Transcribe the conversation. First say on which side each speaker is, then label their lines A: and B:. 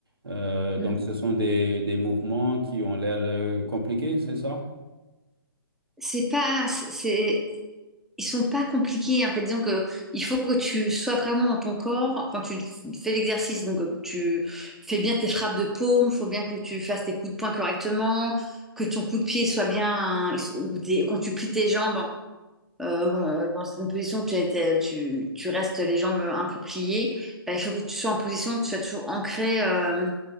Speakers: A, on the right (about 75°); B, in the centre.
A: Euh, donc,
B: Mm.
A: ce sont des, des mouvements qui ont l'air euh, compliqués, c'est ça?
B: C'est pas, c'est, ils sont pas compliqués, en fait. Disons que il faut que tu sois vraiment dans ton corps quand tu fais l'exercice. Donc, euh, tu fais bien tes frappes de paume, faut bien que tu fasses tes coups de poing correctement, que ton coup de pied soit bien, ou tes- quand tu plies tes jambes. euh, bon, dans une position où tu, as été- tu, tu restes les jambes un peu pliées, bah, il faut que tu sois en position où tu sois toujours ancré euh,